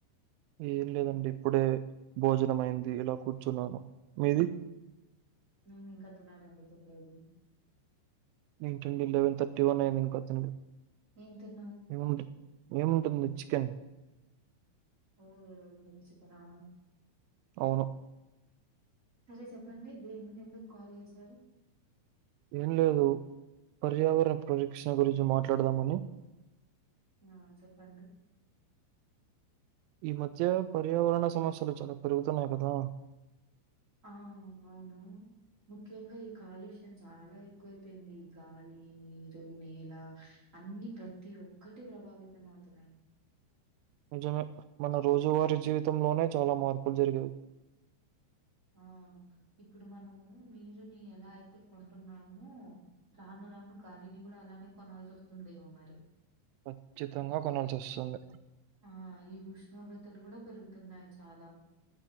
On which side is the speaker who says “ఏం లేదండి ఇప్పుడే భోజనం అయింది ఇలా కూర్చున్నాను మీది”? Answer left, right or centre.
Right